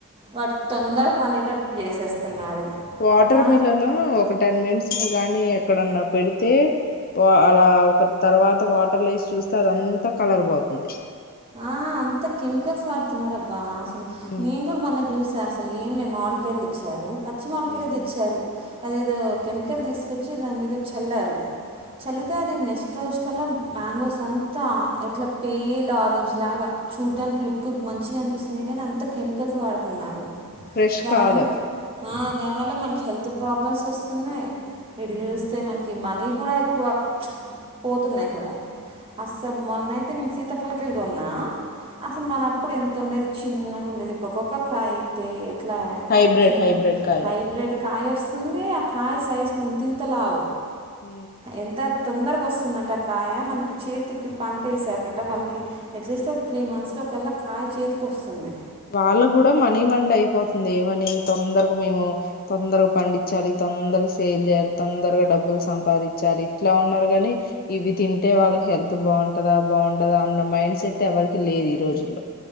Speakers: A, on the right (about 25°); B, on the left (about 40°).
A: వాటికి తొందర పనుగలు చేసేస్తున్నారు
B: వాటర్
A: దా
B: మిలన్ ఒక టెన్ మినిట్స్ గానీ ఎక్కడన్నా పెడితే వా అలా ఒక తరువాత వాటర్లు వేసి చూస్తే అదంతా కలర్ పోతుంది
A: ఆ అంత కెమికల్స్ వాడుతున్నారు అబ్బా అసలు
B: మ్మ్
A: నేను కూడా మొన్న చూసి కా అసలు ఏం లే మాడికాయలు తెచ్చారు పచ్చి మాడికాయలు
B: మ్మ్
A: తెచ్చారు అది ఏదో కెమికల్ తీసుకొచ్చ చే దాని మీద చల్లారు చల్లుతే అది నెస్ట్ రోజు తలా మ్యాంగోస్ అంతా ఎట్లా పేల్ ఆరెంజ్ లాగా చూడ్డానికి లుక్ మంచిగా అనిపిస్తుతున్నాయి కానీ అంత కెమికల్స్ వాడుతున్నారు
B: ఫ్రెష్
A: దానివల్ల
B: కాదు అవి
A: ఆ దానివల్ల మనకి హెల్త్ ప్రాబ్లమ్స్ వస్తున్నాయి ఇటు
B: ఉమ్.
A: చూస్తే మనకి మనీ కూడా ఎక్కువ పోతున్నాయి కూడా అసలు మొన్న అయితే నేను సీతాఫలకలు కొన్నా అసలు మన అప్పుడు ఎం తు ఉండేది చిన్నగా ఉండేది ఇప్పుడు ఒక్కొక్క కాయ అయితే ఎట్లా
B: హైబ్రిడ్
A: చిన్న
B: హైబ్రిడ్ కాయలు
A: హైబ్రిడ్ కాయ వస్తుంది ఆ కాయ సైజుకు ఇంతంత లావు
B: హ
A: ఎంత తొందరగా వస్తుందంటే ఆ కాయ మనకి చేతికి పంట వేసాకట వాళ్ళకి ఎట్లీస్ట్ ఒక త్రీ మంత్స్ లో ఒకళ కాయ చేతికి వస్తుంది
B: వాళ్ళు కూడా మనీ మం అయిపోతుంది ఏమని తొందరగా మేము తొందరగా పండి చాలలి తొందరగా సేల్ చేయాలి తొందరగా డబ్బుల్స్ సంపాదించాలి ఇట్లా ఉన్నారు కాగానీ ఇవి తింటే వాళ్ళకి హెల్త్ బాగుంటందా బాగుంటదా అన్న మైండ్ మైండ్ సెట్ ఎవరికి లేదు ఈ రోజుల్లో